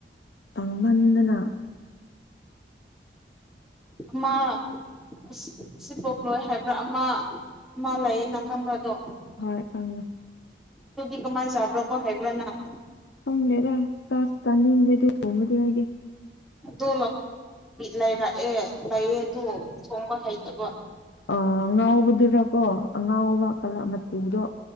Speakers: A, on the left (about 75°); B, in the centre.
A: ꯇꯥꯡꯃꯟꯗꯅ
B: ꯑꯃ ꯑꯁ ꯁꯤ ꯄꯣꯛ ꯂꯣꯏ ꯍꯥꯏꯕ꯭ꯔꯥ ꯑꯃ ꯑꯃ ꯂꯩꯌꯦꯅ ꯈꯪꯕꯔꯥ ꯑꯗꯣ
A: ꯍꯣꯏ ꯈꯪꯉꯦ
B: ꯗꯨꯗꯤ ꯀꯃꯥꯏ ꯆꯕ꯭ꯔꯣ ꯀꯣ ꯍꯩꯕ꯭ꯔꯥ ꯅꯪ
A: ꯈꯪꯗꯦꯗ ꯆꯥꯁꯨ ꯆꯥꯅꯤꯡꯗꯦ ꯑꯗꯨ ꯒꯨꯝꯕꯗꯤ ꯑꯩꯗꯤ
B: ꯑꯗꯨ ꯂꯩꯔꯛꯑꯦ ꯂꯩꯑꯦ ꯑꯗꯨ ꯊꯣꯡꯕ ꯍꯩꯇꯕ
A: ꯑ ꯉꯥꯎꯕꯗꯨꯔꯀꯣ ꯑꯉꯥꯎꯕ ꯀꯂ ꯃꯆꯨꯗꯣ